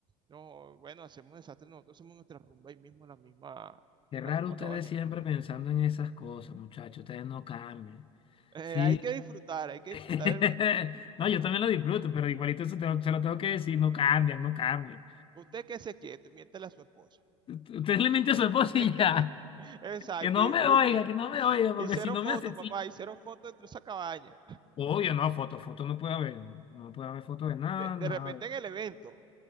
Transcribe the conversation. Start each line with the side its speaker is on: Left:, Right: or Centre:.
Right: No, bueno, hacemos desastre, nosotros hacemos nuestra rumba ahí mismo en la misma,
Left: Qué
Right: en
Left: raro
Right: la misma
Left: ustedes
Right: cabaña.
Left: siempre pensando en esas cosas, muchachos. Ustedes no cambian.
Right: Eh,
Left: Sí.
Right: hay que disfrutar, hay que
Left: <laughs>
Right: disfrutar. el-
Left: No, yo también lo disfruto, pero igualito eso te- se lo tengo que decir, no cambian, no cambian.
Right: Usted que se quieto, miéntale a su esposo.
Left: Usted le miente a su esposa
Right: <laughs>
Left: y ya.
Right: Exacto,
Left: Que no
Right: y disfrute.
Left: me oiga, que no me oiga, porque
Right: Y cero
Left: si no
Right: fotos,
Left: me asesina.
Right: papá, y cero fotos dentro de esa cabaña.
Left: Obvio, no, foto, foto no puede haber. No puede haber foto de nada,
Right: De, de
Left: nada.
Right: repente
Left: de-
Right: en el evento,